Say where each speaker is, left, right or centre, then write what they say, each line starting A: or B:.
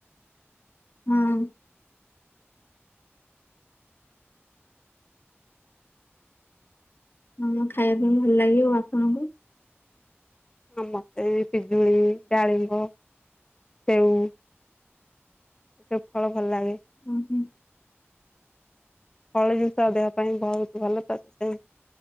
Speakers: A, on the left; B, on the left.
A: ହଁ। ହଁ ଖାଇବା ପାଇଁ ଭଲ ଲାଗିବ। ଆପଣଙ୍କୁ?
B: ଆ ମତେ ପିଜୁଳି, ଡାଳିମ୍ବ, ସେଉ। ଏ ସବୁ ଫଳ ଭଲ ଲାଗେ।
A: ଉଁ ହୁଁ।
B: ଫଳ ଜିନିଷ ଦେହ ପାଇଁ ବହୁତ ଭଲ। ତ ସେତି